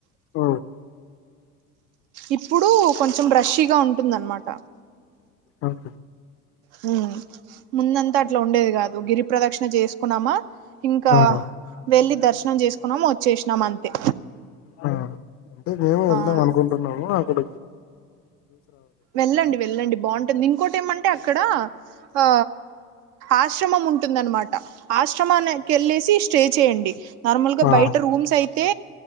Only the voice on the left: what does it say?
ఆ
ఆహా
ఆ
ఆ అంటే మేము వెళ్దాం
అనుకుంటున్నాము అక్కడ
ఆ